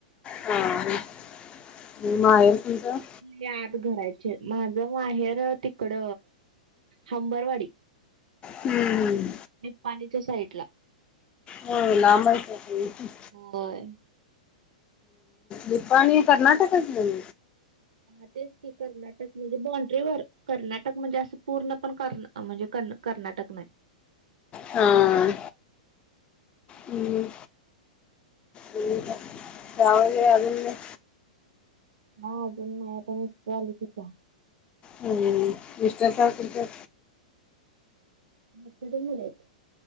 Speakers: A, on the left; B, on the right.
A: हां हां मग माहेर तुमच?
B: याद घरायचे माझ माहेर ते इकड हंबरवाडी.
A: हम्म हम्म.
B: निपाणीच्या साईडला.
A: होय नाम <unintelligible>
B: होय
A: निपाणी कर्नाटकातल?
B: मग तेच की कर्नाटक म्हणजे बाॉंड्रीवर, कर्नाटक म्हणजे अस पूर्ण पण कर म्हणजे क कर्नाटक नाही.
A: हां हम्म <unintelligible> अजून
B: हा अजून नाही आता मस्त आली की चहा.
A: मिस्टर काय करतात?
B: एक्झिटेट झाल्याय हितं.